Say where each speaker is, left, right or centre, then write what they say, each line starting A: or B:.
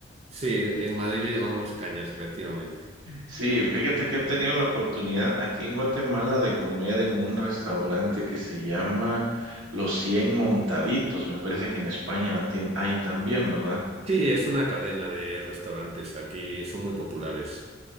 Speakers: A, on the right; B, on the right.
A: Sí, en Madrid le llamamos cañas, efectivamente.
B: Sí, fíjate que he tenido la oportunidad aquí en Guatemala de comer en un restaurante que se llama Los Cien Montaditos. Me parece que en España tien- hay también, ¿verdad?
A: Sí, es una cadena de restaurantes aquí, son muy populares.